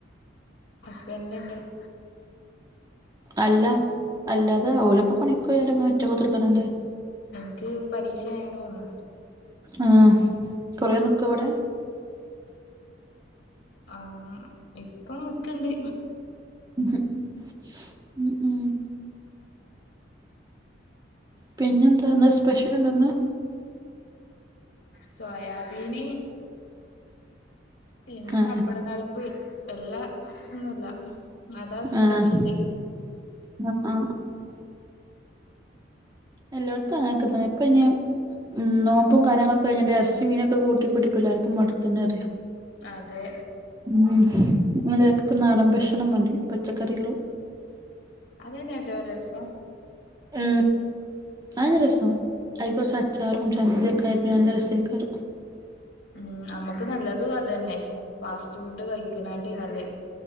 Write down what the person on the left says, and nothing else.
അസ്ബന്റ്ന് എന്താ ജോലി
എനിക്ക് പരീക്ഷ ആയോണ്ട് പോന്ന്
ആ ഇപ്പം നിക്ക്‌ ണ്ട്
സോയാബീന് പിന്നെ
പപ്പടം തളിപ്പ് എല്ലാ ഒന്നുല്ല അതാ സ്പെഷ്യല്
അതെ
അതന്നെ ട്ടോ രസം
ഉം അമ്മക്ക് നല്ലതും അതന്നെ ഫാസ്റ്റ് ഫുഡ് കഴിക്കണാട്ടെ നല്ലേ